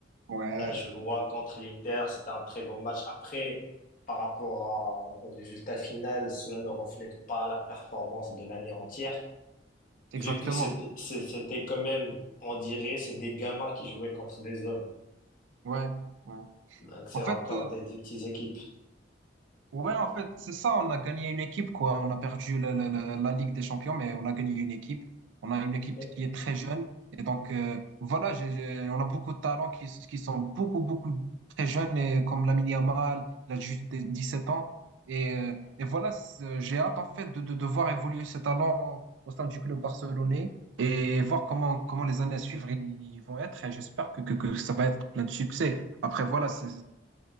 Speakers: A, on the right; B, on the left.
A: ouais,
B: La joie contre l'Inter, c'était un très bon match. Après, par rapport à- au résultat final, cela ne reflète pas la performance de l'année entière,
A: exactement.
B: vu que c'était c'est- c'était quand même, on dirait, c'est des gamins qui jouaient contre des hommes.
A: Ouais, ouais.
B: Donc c'est
A: En fait,
B: encore
A: euh,
B: des, des petites équipes.
A: Ouais, en fait, c'est ça. On a gagné une équipe, quoi. On a perdu le- le- le- la Ligue des Champions, mais on a gagné une équipe. On a une équipe
B: Et-
A: qui est très jeune. Et donc, euh, voilà, j'ai, j'ai- on a beaucoup de talents qui, s- qui sont beaucoup, beaucoup très jeunes, et comme Lamine Yamal, il a juste sept ans. Et, euh, et voilà, c'est- j'ai hâte, en fait, de, de, de voir évoluer ces talents au sein du club barcelonais et voir comment, comment les années à suivre ils vont être. Et j'espère que, que, que ça va être plein de succès. Après, voilà, c'est